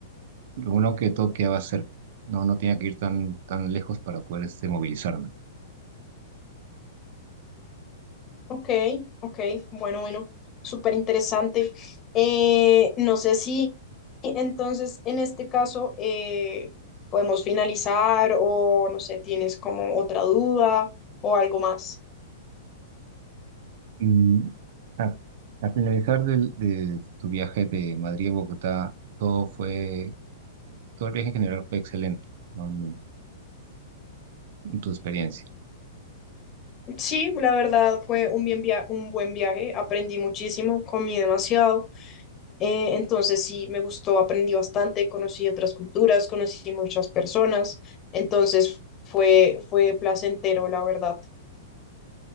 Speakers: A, on the right; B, on the left.
A: Lo uno que todo quedaba cerca, no, no tenía que ir tan, tan lejos para poder este, movilizarme.
B: Ok, ok, bueno, bueno, súper interesante. Eh, no sé si entonces en este caso eh, podemos finalizar o no sé, tienes como otra duda o algo más.
A: Mm, a- Al finalizar del- de tu viaje de Madrid a Bogotá, todo fue, todo el viaje en general fue excelente, ¿no? En, en tu experiencia.
B: Sí, la verdad fue un bien via- un buen viaje, aprendí muchísimo, comí demasiado. Eh, entonces sí, me gustó, aprendí bastante, conocí otras culturas, conocí muchas personas, entonces fue, fue placentero, la verdad.